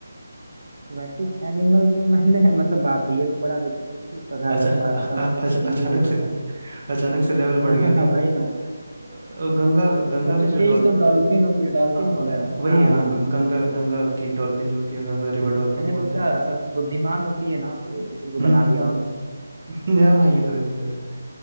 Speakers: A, on the right; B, on the right.
A: Aquatic animal तो मैंने <laughs> मतलब बाप रे ये तो बड़ा विचित्र सी प्रकार
B: अच्छा
A: का
B: अ-
A: सवाल है सब
B: अ- अच-
A: एनिमल
B: अचानक
A: पूछते
B: से
A: हैं
B: अचानक से लेवल
A: <laughs>
B: बढ़ गया
A: हाँ
B: नहीं
A: भाई ना
B: अ, गंगा गंगा
A: सबसे
B: में जो
A: तेज
B: डॉल्फिन
A: तो डॉल्फिन होती है डॉल्फिन
B: हाँ
A: वगैरह
B: वही
A: हाँ
B: है हाँ
A: हाँ,
B: ग-
A: हाँ।
B: गंगा गंगा की डॉल्फिन जो होती है गंगा
A: हम्म,
B: रिवर डॉल्फिन
A: मैंने
B: बोलते
A: सोचा
B: हैं
A: सब बुद्धिमान होती है ना तो इसी को
B: हम्म
A: बना
B: हम्म
A: दिया होगा
B: हम्म <laughs> हाँ ये तो है ये तो है